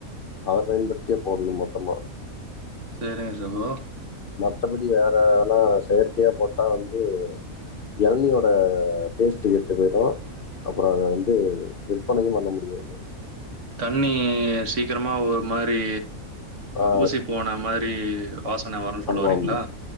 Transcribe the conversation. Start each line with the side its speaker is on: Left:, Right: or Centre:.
Left: அத பயன்படுத்தியே போட்ணு மொத்தமா
Right: செரிங்க சகோ
Left: மத்தபடி வேறலா செயற்கையா போட்டா வந்து எளநியோட டேஸ்ட்டு கெட்டு போயிரு அப்பறோ அத வந்து விற்பனைையு பண்ண முடியாது
Right: தண்ணீஸ் சீக்கிரமாக ஒரு மாரி
Left: ஆ
Right: ஊசி போன மாரி வாசன வருன்னு சொல்ல
Left: ஆமாம்
Right: வரீங்ளா